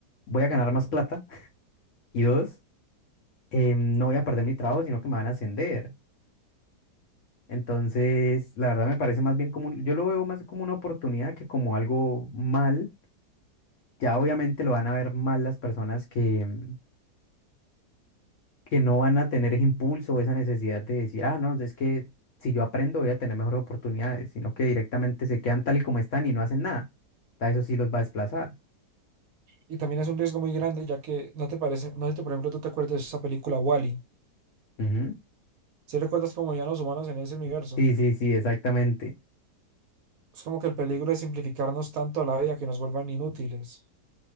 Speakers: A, on the left; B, on the right.
A: voy a ganar más plata <laughs> y dos, eh, no voy a perder mi trabajo, sino que me van a ascender. Entonces, la verdad me parece más bien como, un- yo lo veo más como una oportunidad que como algo mal. Ya obviamente lo van a ver mal las personas que, mm, que no van a tener ese impulso o esa necesidad de decir, ah, no, es que si yo aprendo voy a tener mejores oportunidades, sino que directamente se quedan tal y como están y no hacen nada. Ta- Eso sí los va a desplazar.
B: Y también es un riesgo muy grande, ya que no te parece, no sé si, por ejemplo, tú te acuerdas de esa película Wall-E.
A: Ujú.
B: Si recuerdas cómo ya los humanos en ese universo?
A: Sí, sí, sí, exactamente.
B: Es como que el peligro de simplificarnos tanto la vida que nos vuelvan inútiles.